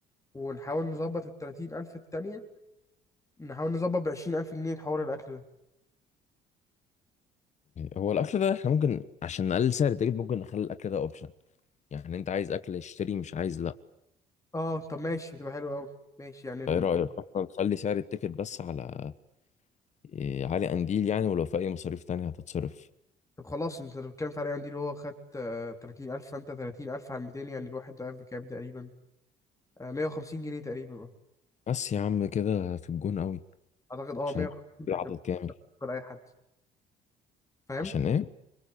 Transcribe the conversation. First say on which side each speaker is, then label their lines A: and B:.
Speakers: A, on the left (about 20°); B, on the left (about 45°).
A: ونحاول نظبط ال 30000 التانية نحاول نظبط ب 20000 جنيه حوار الاكل ده
B: هو الاكل ده احنا ممكن عشان نقلل سعر التيكت ممكن نخلي الاكل ده اوبشن يعني انت عايز اكل اشتري مش عايز لا
A: اه طب ماشي هتبقى حلو قوي ماشي يعني ال...
B: ايه رايك اصلا نخلي سعر التيكت بس على إيه، علي قنديل يعني ولو في اي مصاريف تانية هتتصرف
A: طب خلاص انت بتتكلم في علي قنديل هو خد آه 30000 فانت 30000 على 200 يعني الواحد ده بكام تقريبا؟ آه 150 جنيه تقريبا بقى.
B: بس يا عم كده في الجون قوي
A: اعتقد اه
B: عشان
A: 150
B: العدد
A: هتبقى
B: كامل
A: أكتر اي حد فاهم
B: عشان ايه